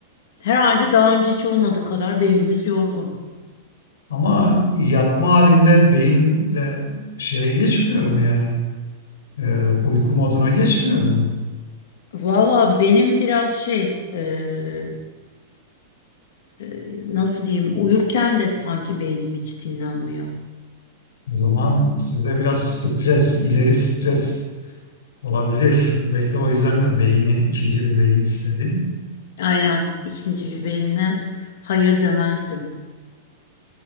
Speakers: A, on the left (about 65°); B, on the left (about 85°).
A: Herhalde daha önce hiç olmadığı kadar beynimiz yorgun.
B: ama yatma halinde beyin de şeye geçmiyor mu yani? Ee, uyku moduna geçmiyor mu?
A: Valla benim biraz şey, e, e, nasıl diyeyim, uyurken de sanki beynim hiç dinlenmiyor.
B: O zaman sizde biraz stres, ileri stres olabilir. Belki o yüzden de beyni, ikinci bir beyin istedin.
A: Aynen, ikinci bir beyine hayır demezdim.